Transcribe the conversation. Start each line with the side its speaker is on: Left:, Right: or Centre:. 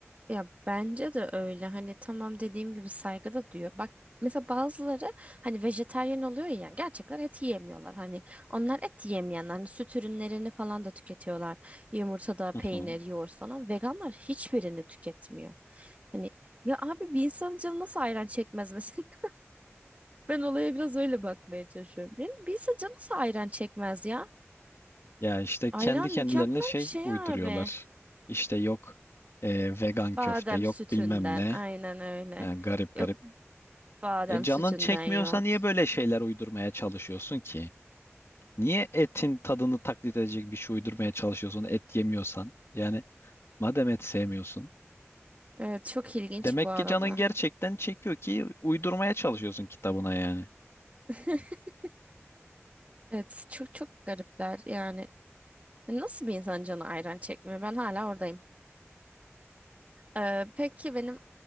Right: Ya bence de öyle. Hani tamam dediğim gibi saygı da diyor. Bak mesela bazıları hani vejetaryen oluyor ya gerçekten et yiyemiyorlar. Hani onlar et yiyemeyenler. Hani süt ürünlerini falan da tüketiyorlar. Yumurtada
Left: Hı
Right: peynir,
Left: hı.
Right: yoğurt falan. Veganlar hiçbirini tüketmiyor. Hani ya abi bir insanın canı nasıl ayran çekmez mesela? <laughs> Ben olaya biraz öyle bakmaya çalışıyorum. Yani bir insan canı nasıl ayran çekmez ya?
Left: Ya işte kendi
Right: Ayran
Left: kendilerine
Right: mükemmel
Left: şey
Right: bir şey
Left: uyduruyorlar.
Right: abi.
Left: İşte yok e, vegan
Right: Badem
Left: köfte, yok
Right: sütünden
Left: bilmem ne.
Right: aynen öyle.
Left: He, garip garip.
Right: Yok Badem
Left: E, canın
Right: sütünden
Left: çekmiyorsa
Right: yoğurt.
Left: niye böyle şeyler uydurmaya çalışıyorsun ki? Niye etin tadını taklit edecek bir şey uydurmaya çalışıyorsun et yemiyorsan? Yani madem et sevmiyorsun.
Right: Evet çok ilginç
Left: Demek
Right: bu arada.
Left: ki canın gerçekten çekiyor ki uydurmaya çalışıyorsun kitabına yani.
Right: <laughs> Evet çok çok garipler yani. Nasıl bir insan canı ayran çekmiyor? Ben hala oradayım. Ee, peki benim